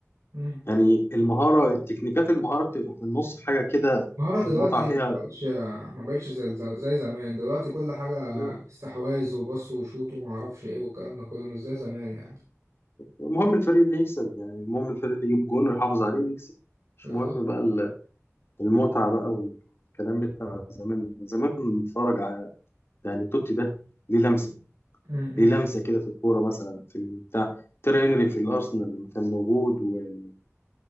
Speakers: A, on the right (about 85°); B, on the left (about 50°).
A: مم.
B: يعني المهاره التكنيكات المهاره بتبقى في النص حاجه كده
A: المهارة
B: المتعه
A: دلوقتي
B: فيها
A: ما بقتش آه، ما بقتش زي زي زمان دلوقتي كل حاجة
B: لا
A: استحواذ وباص وشوط وما اعرفش ايه والكلام ده كله مش زي زمان يعني
B: المهم الفريق اللي يكسب يعني المهم الفريق اللي يجيب جون ويحافظ عليه ويكسب مش
A: بالظبط
B: مهم بقى ال- المتعه بقى والكلام بتاع زمان زمان كنا بنتفرج على يعني توتي ده ليه لمسه
A: مم.
B: ليه لمسه كده في الكوره مثلا في البتاع تيري هنري في الارسنال لما كان موجود وكان